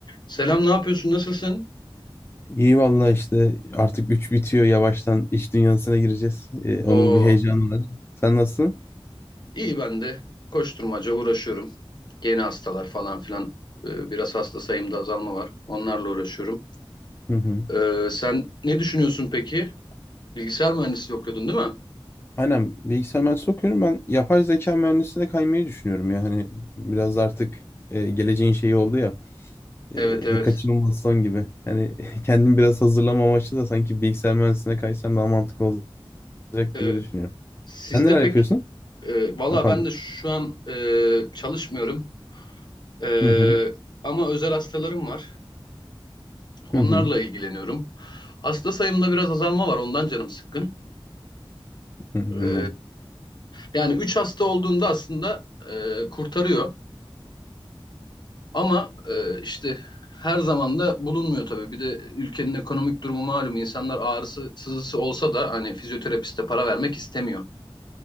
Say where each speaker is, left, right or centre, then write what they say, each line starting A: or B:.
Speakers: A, on the left; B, on the left.
A: Selam, ne yapıyorsun? Nasılsın?
B: İyi valla işte artık 3 bitiyor yavaştan iş dünyasına gireceğiz. Ee, onun
A: Oo,
B: bir heyecanı var. Sen nasılsın?
A: iyi ben de. Koşturmaca uğraşıyorum. Yeni hastalar falan filan. Ee, biraz hasta sayımda azalma var. Onlarla uğraşıyorum.
B: Hı hı.
A: Ee, sen ne düşünüyorsun peki? Bilgisayar mühendisliği okuyordun değil mi?
B: Aynen bilgisayar mühendisliği okuyorum. Ben yapay zeka mühendisliğine kaymayı düşünüyorum ya. Hani biraz da artık e, geleceğin şeyi oldu ya. E,
A: Evet evet.
B: kaçınılmaz son gibi. Hani <laughs> kendimi biraz hazırlama amaçlı da sanki bilgisayar mühendisliğine kaysam daha mantıklı olacak
A: Ee,
B: gibi düşünüyorum.
A: sizde
B: Sen neler
A: pek
B: yapıyorsun?
A: e, valla
B: Ha, Pardon.
A: ben de şu an e, çalışmıyorum. Ee,
B: Hı hı.
A: ama özel hastalarım var. Onlarla
B: Hı hı.
A: ilgileniyorum. Hasta sayımda biraz azalma var. Ondan canım sıkkın.
B: Hı hı.
A: E,
B: Anladım
A: Yani 3 hasta olduğunda aslında e, kurtarıyor ama e, işte her zaman da bulunmuyor tabii. Bir de ülkenin ekonomik durumu malum. İnsanlar ağrısı, sızısı olsa da hani fizyoterapiste para vermek istemiyor.